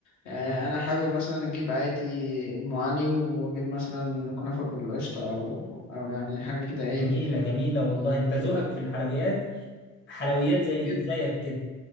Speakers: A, on the left; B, on the left.
A: آه،
B: آه.
A: أنا حابب مثلا أجيب عادي أم علي وأجيب مثلا كنافة بالقشطة أو أو يعني حاجة كده إيه
B: جميلة جميلة والله انت ذوقك في الحلويات حلويات زي
A: نجيب-
B: زيك كده